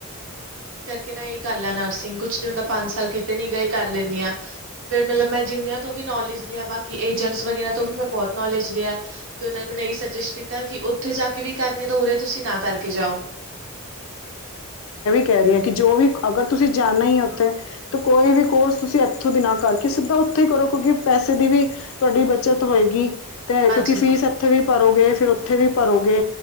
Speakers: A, on the right; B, on the left.
A: ਨਹੀ ਇਹੀ ਕਰ ਲੈ ਨਰਸਿੰਗ ਕੁਛ ਨੀ ਹੁੰਦਾ, ਪੰਜ ਸਾਲ ਕਿਤੇ ਨੀ ਗਏ ਇਹੀ ਕਰ ਲੈਂਦੀ ਹਾਂ, ਫੇਿਰ ਮਤਲਬ ਮੈਂ ਜਿੰਨੀਆਂ ਤੋਂ ਵੀ ਨੌਲੇਜ ਲਿਆ ਬਾਕੀ ਏਜਂਟਸ ਵਗਰਾ ਤੋਂ ਵੀ ਮੈਂ ਬਹੁਤ ਨੌਲੇਜ ਲਿਆ, ਤੇ ਉਹਨਾ ਮੈਨੂੰ ਏਹੀ ਸੁਜੈਸਟ ਕੀਤਾ ਕਿ ਔ ਉੱਥੇ ਜਾ ਕੇ ਵੀ ਕਰਨੀ ਹੈ, ਤਾਂ ਉਰੇ ਤੁਸੀਂ ਨਾ ਕਰਕੇ ਜਾਓ।
B: ਕਹ ਰਹੀ ਹੈ ਕਿ ਜੋ ਵੀ ਅਗਰ ਤੁਸੀਂ ਜਾਣਾ ਹੀ ਉੱਥੇ, ਤਾਂ ਕੋਈ ਵੀ ਕੋਰਸ ਤੁਸੀਂ ਇੱਥੋਂ ਦੀ ਨਾ ਕਰਕੇ ਸਿੱਧਾ ੳਥੋਂ ਉੱਥੇ ਕਰੋ, ਕਿਉਂਕਿ ਪੈਸੇ ਦੀ ਵੀ ਤੁਹਾਡੀ ਬੱਚਤ ਹੋਏਗੀ। ਤੇ
A: ਹਾਂਜੀ,
B: ਕਿਉਂਕਿ ਫੀਸ ਇੱਥੇ ਵੀ ਭਰੋਗੇ, ਫਿਰ ਉੱਥੇ ਵੀ ਭਰੋਗੇ,